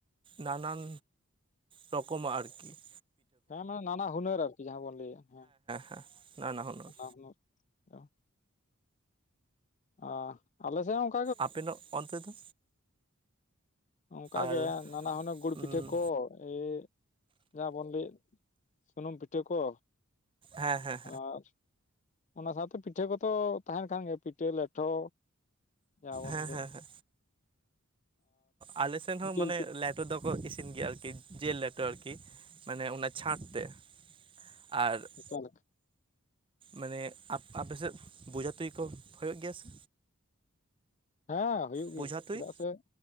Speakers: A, on the right; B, on the left.
A: ᱱᱟᱱᱟᱱ ᱨᱚᱠᱚᱢᱟᱜ ᱟᱨᱠᱤ ᱾
B: ᱦᱮᱸ ᱢᱟ ᱱᱟᱱᱟ ᱦᱩᱱᱟᱹᱨ ᱟᱨᱠᱤ ᱡᱟᱦᱟᱸ ᱵᱚᱱ ᱞᱟᱹᱭᱟ ᱦᱮᱸ
A: ᱦᱮᱸ ᱱᱟᱱᱟ ᱦᱩᱱᱟᱹᱨ
B: ᱱᱟᱱᱟᱦᱩᱱᱟᱹᱨ ᱪᱚ ᱾ ᱟ, ᱟᱞᱮ ᱥᱮᱫ ᱦᱚᱸ ᱚᱱᱠᱟ᱾
A: ᱟᱯᱮᱱᱚᱜ ᱚᱱᱛᱮ ᱫᱚ?
B: ᱚᱱᱠᱟ
A: ᱟᱨ
B: ᱜᱮ, ᱱᱟᱱᱟ ᱦᱩᱱᱟᱹᱨ ᱜᱩᱲ
A: ᱦᱮᱸ
B: ᱯᱤᱴᱷᱟᱹ ᱠᱚᱻ ᱾ ᱮᱹᱻᱜ ᱡᱟᱦᱟᱸ ᱵᱚᱱ ᱞᱟᱹᱭᱮᱫ ᱥᱩᱱᱩᱢ ᱯᱤᱴᱷᱟᱹ ᱠᱚ᱾
A: ᱦᱮᱸ ᱦᱮᱸ
B: ᱟ-ᱨ-ᱨ ᱾ ᱚᱱᱟ ᱥᱟᱶᱛᱮ ᱯᱤᱴᱷᱟᱹ ᱠᱚᱛᱚ ᱛᱟᱦᱮᱱ ᱠᱟᱱᱟ ᱜᱮᱭᱟ ᱯᱤᱴᱷᱟᱹ ᱞᱮᱴᱷᱚ ᱡᱟᱦᱟᱸᱵᱚᱱ
A: ᱦᱮᱸ
B: ᱞᱟᱹᱭ
A: ᱦᱮᱸ
B: ᱾
A: ᱟᱞᱮ ᱥᱮᱱ ᱦᱚᱸ
B: ᱡᱤᱞ
A: ᱢᱟᱱᱮ
B: ᱯᱤᱴᱷᱟᱹ
A: ᱞᱮᱴᱚ ᱫᱚ ᱠᱚ ᱤᱥᱤᱱ ᱜᱮᱭᱟ ᱟᱨᱠᱤ ᱡᱮᱞ ᱞᱮᱴᱚ ᱟᱨᱠᱤ ᱢᱟᱱᱮ ᱚᱱᱟ ᱪᱷᱟᱸᱴ ᱛᱮ ᱾ ᱟᱼᱨ-ᱨᱜ ᱾
B: ᱮᱠᱟ-ᱞᱮᱹᱠ
A: ᱢᱟᱱᱮ, ᱟᱯᱮ ᱥᱮᱫ ᱵᱚᱡᱷᱟ ᱛᱩᱭ ᱠᱚ ᱦᱳᱭᱳᱜ ᱜᱮᱭᱟ ᱥᱮ?
B: ᱦᱮᱸ, ᱦᱩᱭᱩᱜ ᱜᱮᱭᱟ
A: ᱵᱳᱡᱷᱟ ᱛᱩᱧ
B: ᱪᱮᱫᱟᱜ ᱥᱮ